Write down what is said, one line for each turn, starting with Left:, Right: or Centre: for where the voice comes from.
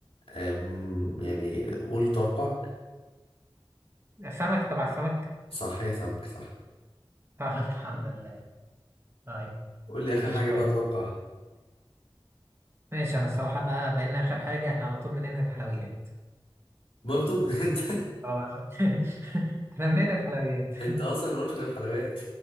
Left: آم يعني قول توقعك
Right: سمك تبع السمك
Left: صح هي سمك صح
Right: طيب <laughs> الحمد لله طيب
Left: قول لي اخر
Right: ماشي
Left: حاجه
Right: كويس
Left: بقى توقع
Right: ماشي انا الصراحة بقى بقينا اخر حاجة احنا على طول بننهي بحلويات
Left: برضو <laughs> انت
Right: اه انا <laughs> قلت- احنا بننهي بحلويات
Left: انت اصلا ما قلتش غير حلويات